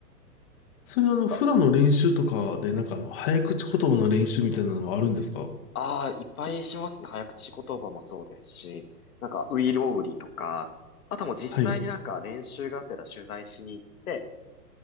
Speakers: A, on the left (about 35°); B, on the left (about 60°).
A: それはあの、
B: なんか、
A: 普段の練習とかで、
B: え
A: なんかあの、早口言葉の練習みたいなのはあるんですか
B: ああ、いっぱいしますね。早口言葉もそうですし、なんか、ういろうりとか、あともう実際になんか練習がてら取材しに行って、
A: はい。